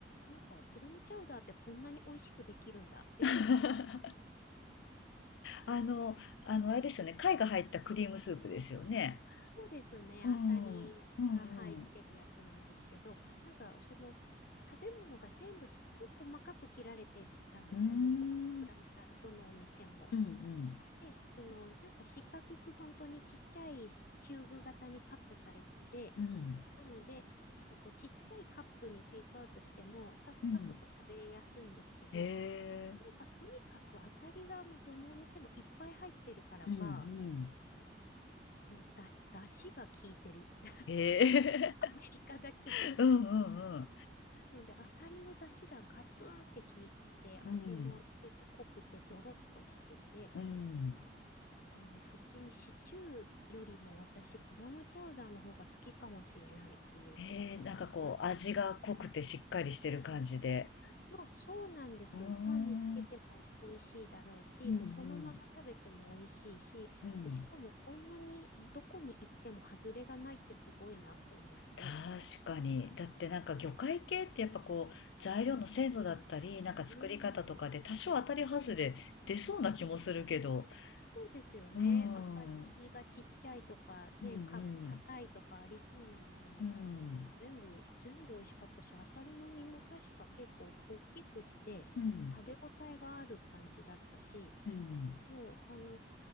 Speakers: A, on the left; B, on the left.
A: なんかクラムチャウダーってこんなに美味しくできるんだって。
B: <laughs> あの、あの、あれですよね。貝が入ったクリームスープですよね。
A: <laughs> そうですね、
B: うん、
A: アサリが入ってるやつなんですけど、
B: うん、うん。
A: なんかその食べ物が全部すっごい細かく切られてたんですよ、
B: うーん、
A: 向こうのクラムチャウダー、どのお店も。
B: うん、うん、
A: で、その、なんか四角く本当にちっちゃいキューブ型にカットされてて、
B: うん、
A: なので、なんかこうちっちゃいカップにテイクアウトしても、さささっとこう食べやすいんですけど、
B: うん。へ
A: なんかとにかくアサリがもうどのお店もいっぱい入ってるからか、
B: え。うん、うん。
A: もうだし、だしが効いてる。
B: へ
A: <laughs>
B: え。
A: アメリカだけど。
B: <laughs> うん、
A: <laughs>
B: うん、うん。
A: なので、アサリのだしがガツンって効いてて、
B: うん、
A: 味も結構濃くてドロッとしてて、
B: うん。
A: あの、普通にシチューよりも私、クラムチャウダーの方が好きかもしれないっていうぐらい美味しかったんです。
B: ええ、なんかこう、味が濃くてしっかりしてる感じで。
A: うん。そう、そうなんです。
B: うーん、
A: パンにつけても美味しいだろうし、
B: うんうん、
A: もうそのまま食べても美味しいし、
B: うん。
A: で、しかもこんなにどこに行っても外れがないってすごいなって思って。
B: 確かに。
A: <laughs>
B: だってなんか魚介系ってやっぱこう、材料の精度だったり、
A: うん、
B: なんか作り方とかで多少当たり外れ出そうな気もするけど。
A: うん、うん、うんそうですよね。
B: うーん、
A: アサリの身がちっちゃいとか、
B: うんうん、
A: ね、か、硬いとかありそうなのに。
B: うん、
A: 全部、全部美味しかったし、アサリの身も確か結構大きくって、
B: うん、
A: 食べ応えがある感じだったし、
B: うん、
A: もう、あの、